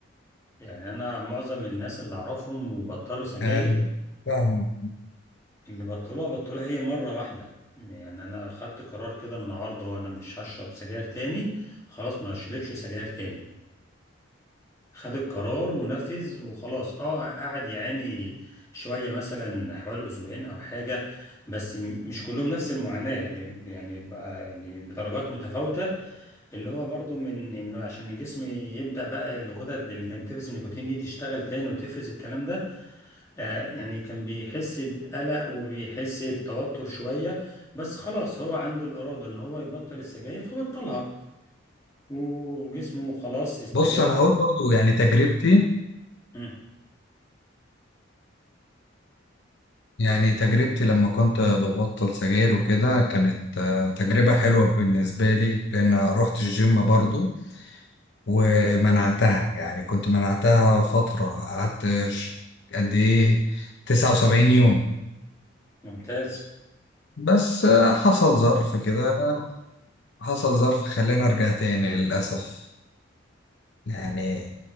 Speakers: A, on the left; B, on the left.
A: يعني انا معظم الناس اللي اعرفهم وبطلوا سجاير
B: آه، فاهم
A: اللي بطلوها بطلوها هي مرة واحدة يعني انا خدت قرار كده النهاردة وانا مش هشرب سجاير تاني خلاص ما اشربش سجاير تاني خد القرار ونفذ وخلاص اه قعد يعاني شوية مثلا حوالي اسبوعين او حاجة بس م- مش كلهم نفس المعاناة يعني يعني بقى- يعني بدرجات متفاوتة اللي هو برضو من انه عشان الجسم يبدأ بقى الغدد اللي كانت بتفرز النيكوتين دي تشتغل تاني وتفرز الكلام ده آه يعني كان بيحس بقلق وبيحس بتوتر شوية بس خلاص هو عنده الإرادة ان هو يبطل السجاير فبطلها وجسمه خلاص استجاب
B: بص انا هقول برضو يعني تجربتي
A: مم،
B: يعني تجربتي لما كنت ببطل سجاير وكده كانت آه، تجربه حلوه بالنسبه لي لان رحت الجيم برضو ومنعتها يعني كنت منعتها فترة قعدت ش- قد إيه 79 يوم
A: ممتاز
B: بس آه، حصل ظرف كده حصل ظرف خلاني أرجع تاني للأسف يعني